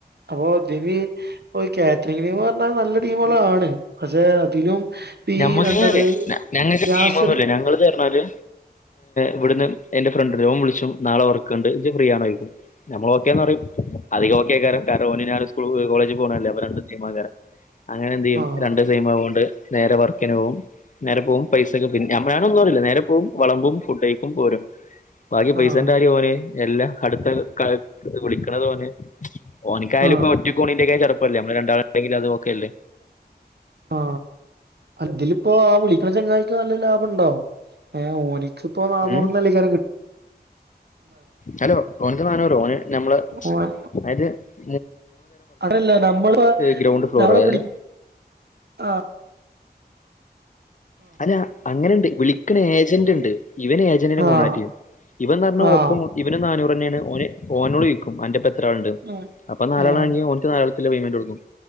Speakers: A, on the right (about 75°); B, on the left (about 50°).
A: അപ്പൊ ഇതിന് ഇപ്പൊ ഈ കാറ്ററിംഗിന് പറഞ്ഞാ നല്ല ടീമളാണ് പക്ഷെ അതിലും ഇപ്പ
B: ഞമ്മക്ക്
A: ഈ എന്താണ്
B: അറിയ ഞങ്ങക്ക്
A: രാസൽ
B: ടീമൊന്നുല്ല ഞങ്ങളെന്നു പറഞ്ഞാല് ഇവിടുന്ന് എന്റെ ഫ്രണ്ട്ഇല്ലേ ഓൻ വിളിച്ചു നാളെ വർക്ക്ണ്ട് ജ് ഫ്രീ ആണോന്നു ചോദിക്കും നമ്മൾ ഓക്കെന്ന് പറയും അധികം ഓക്കെ ആയ്ക്കാരം കാരണം ഓനും ഞാനും സ്കൂൾ കോളേജ് പോണല്ലേ അപ്പൊ രണ്ടും സെയിംആൾക്കാരാ അങ്ങനെ എന്ത് ചെയ്യും
A: ആഹ്
B: രണ്ടുംസെയിം ആയതോണ്ട് നേരെ വർക്കിന് പോവും നേരെ പോവും പൈസക്കെ പിന്നെ വേണോന്ന് പറയില്ല നേരെ പോവും വളമ്പും ഫുഡയ്ക്കും പോരും ബാക്കി പൈസന്റെ
A: ആഹ്
B: കാര്യം ഓന് എല്ലാം അടുത്ത വിളിക്കണത് ഓന് ഓനിക്കായാലും
A: ആഹ്
B: ഇപ്പ ഒറ്റക്കോ ണിന്റെക്ക ചടപ്പല്ലേ നമ്മള് രണ്ടാളുണ്ടെങ്കിൽ അത്ഓക്കെ അല്ലെ
A: ആ ഇതിലിപ്പോ ആ വിളിക്കണ ചെങ്ങാതി ക്ക് നല്ല ലാഭംഉണ്ടാവുംഏ ഓന് ഇതിപ്പോ നാനൂറ്ന്നുല്ലേ
B: ഉം
A: കാരംകിട്ട
B: ഹലോ ഓനിക്ക് നാന്നൂറ് ഓന് ഞമ്മള്
A: ഓൻ
B: അതാ യത് <inaudible>
A: അതല്ല നമ്മളെ
B: ഗ്രൗണ്ട് ഫ്ലോർ
A: നമ്മള്
B: അതായത്
A: വിളി ആ
B: അല്ല അങ്ങനു ണ്ട് വിളിക്കണ ഏജന്റ് ഉണ്ട് ഇവന് ഏജന്റിനേ കോൺടാക്ട്
A: ആഹ്
B: ചെയ്യും ഇവൻന്ന്പറഞാ
A: ആഹ്
B: ഒപ്പ ഇവന നാനൂർ <unintelligible> ഓനോട് ചോയിക്കും അന്റെയൊപ്പം എത്ര ആളുണ്ട്
A: ഉം
B: അപ്പൊ നാലാളാങ്കിൽ
A: ആഹ്
B: പെയ്മെൻറ് കൊടുക്കും